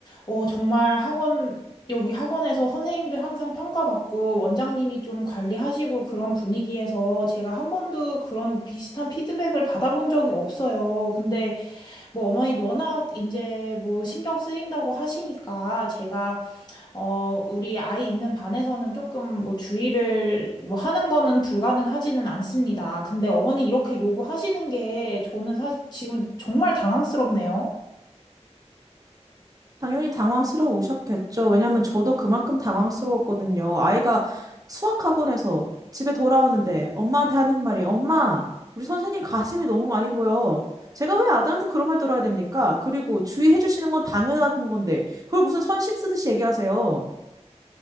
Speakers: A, on the left (about 35°); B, on the right (about 30°).
A: 어, 정말 학원, 여기 학원에서 선생님들 항상 평가받고 원장님이 좀 관리하시고 그런 분위기에서 제가 한 번도 그런 비슷한 피드백을 받아본 적이 없어요. 근데 뭐 어머니도 워낙 이제 뭐 신경 쓰인다고 하시니까 제가 어, 우리 아이 있는 반에서는 조금 뭐 주의를 뭐 하는 거는 불가능하지는 않습니다. 근데 어머니 이렇게 요구하시는 게 저는 사, 지금 정말 당황스럽네요.
B: 당연히 당황스러우셨겠죠. 왜냐하면 저도 그만큼 당황스러웠거든요. 아이가 수학학원에서 집에 돌아오는데 엄마한테 하는 말이 엄마, 우리 선생님 가슴이 너무 많이 보여. 제가 왜 아들한테 그런 말 들어야 됩니까? 그리고 주의해 주시는 건 당연한 건데 그걸 무슨 선심 쓰듯이 얘기하세요.